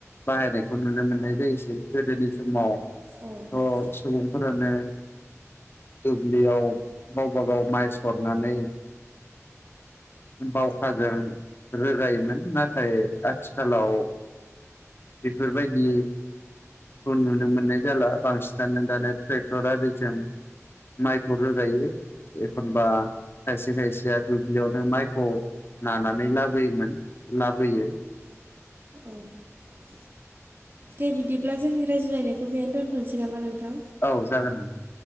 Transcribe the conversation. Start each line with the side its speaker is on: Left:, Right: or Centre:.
Left: बाहायनाय नुनो मोननाय जायोसै गोदोनि समाव
Right: औ
Left: थ सुबुं फोरानो दुब्लियाव गावबाागाव माइ सरनानै <inaudible> बावखाजों रोगायोमोन नाथाय आथिखालाव बेफोर बायदि। खौ नुनो मोननाय जाला बांसिनानो दानिया ट्रेक्टर आरिजों। माइखौ रोगायो एखनबा खायसे खायसेआ दुब्लि यावनो माइखौ नानानै लाबोयोमोन लाबोयो।
Right: <inaudible> दे बिदिब्ला जोंनि रायज्रायनायखौ बेहायनो दोनथनोसै नामा नोंथां।
Left: औ जागोन नों